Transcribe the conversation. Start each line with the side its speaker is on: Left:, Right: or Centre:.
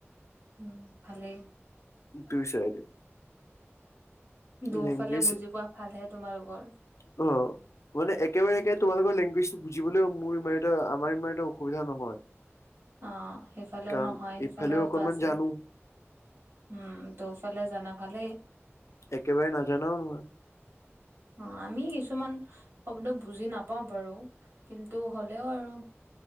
Right: উম, ভালে।
Left: দুই চাইডে।
Right: দুয়োফালে
Left: লেংগুৱেজ
Right: বুজি পোৱা ভালহে তোমালোকৰ।
Left: অ'। মানে একেবাৰে একে তোমালোকৰ লেংগুৱেজ টো বুজিবলৈও মোৰ ইমান এটা আমাৰ ইমান এটা অসুবিধা নহয়। <unintelligible>
Right: অ', সেইফালেও
Left: কাৰণ
Right: নহয় সেইফালেওতো
Left: ইফালেও অকনমান
Right: আছে।
Left: জানো
Right: উম, দুয়োফালে জানা ভালেই।
Left: একেবাৰে নাজানোঁ মই।
Right: অ', আমি কিছুমান শব্দ বুজি নাপাওঁ বাৰু, কিন্তু হ'লেও আৰু